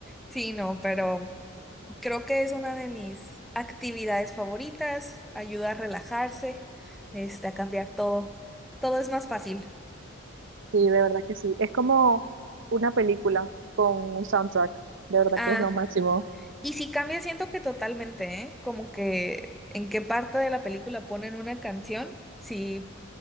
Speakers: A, in the centre; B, on the right (about 65°).
A: Sí, no, pero creo que es una de mis actividades favoritas, ayuda a relajarse, este, a cambiar todo. Todo es más fácil.
B: sí, de verdad que sí. Es como una película con un soundtrack, de verdad
A: Ah,
B: que es lo máximo.
A: y si cambia, siento que totalmente, ¿eh? Como que en qué parte de la película ponen una canción, sí